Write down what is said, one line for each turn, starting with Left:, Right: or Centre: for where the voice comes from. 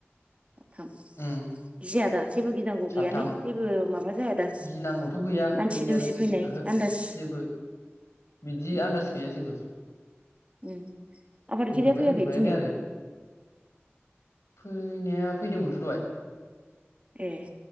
Right: थाम
Left: उम
Right: गिया दा जेबो गिनांगौ
Left: साथाम
Right: गैया ने जेबो माबा जाया दा
Left: गिनांगौथ गैया
Right: मानसि
Left: गैनायालाय
Right: दुमसि फैनाय
Left: ओहो
Right: आन्दाज
Left: जेबो बिदि
Right: उम
Left: आन्दास गैया जेबो
Right: उम आफादगिरिया
Left: उन्दुबाय
Right: फैयाखै
Left: उन्दुबायानो
Right: दिनै
Left: आरो फैनाया फैदोंमोनथ' दहाय।
Right: ए